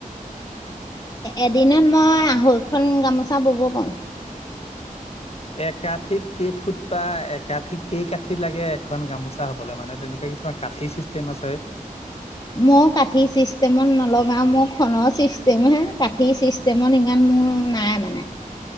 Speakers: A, on the left; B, on the left.
A: এদিনত মই আঢৈখন গামোচা বব পাও
B: একাঠিত কেই ফুট বা একাঠিত কেই কঠি লাগে এখন গামোচা হবলৈ মানে তেনেকুৱা কিছুমান কাটি চিষ্টেম আছে
A: মই কাঠি চিষ্টেমত নলগাও মোৰ খনৰ চিষ্টেম হে কাঠি চিষ্টেমত ইমান মোৰ নাই মানে